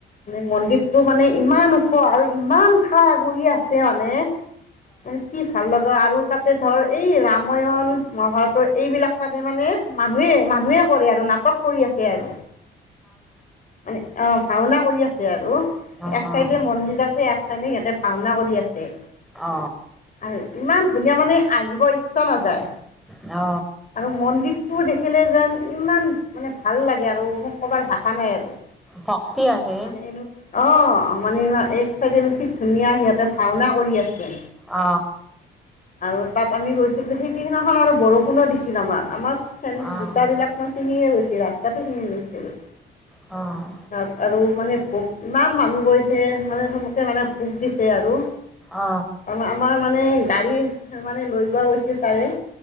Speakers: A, on the left; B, in the centre.
A: মানে মন্দিতটো মানে ইমান খোৱা আৰু ইমান ঠা আগুৰি আছে মানে মানে কিফ ভাল লগা আৰু তাতে ধৰ এই ৰামায়ণ মহাভাৰতৰ এইবিলাক তাতে মানে মানুহে মানুহে কৰে আৰু নাটক কৰি আছে আৰু মানে অ ভাওনা কৰি আছে আৰু
B: অ',
A: এক চাইডে মন্দিৰ আছে এক চাইডে সিহঁতে ভাওনা কৰি আছে।
B: অ।
A: আৰু ইমান ধুনীয়া মানে আহিব ইচ্ছাও নাযায়।
B: অ।
A: আৰু মন্দিৰটোও দেখিলে যেন ইমান মানে ভাল লাগে আৰু মোক ক'বাৰ ভাষা নাই আৰু।
B: ভক্তি আহে
A: মানে এনু- অ মানে ইমান এক চাইড ই কি ধুনীয়া সিহঁতে ভাওনা কৰি আছে।
B: অ।
A: আৰু তাত আমি গৈছিলো যে সেইদিনাখন আৰু বৰষুণো দিছিল আমাৰ আমাক চেন
B: অ',
A: দুতাবিলাক মই চিনিয়ে গৈছি ৰাস্তাতো চিনি গৈছিলো।
B: অ', অ',
A: তাত আৰু মানে ভোক ইমান মানুহ গৈছে মানে চবকে মানে ভোক দিছে আৰু।
B: অ।
A: আমাৰ মানে গাড়ী মানে লৈ গোৱা গৈছিল তাৰে।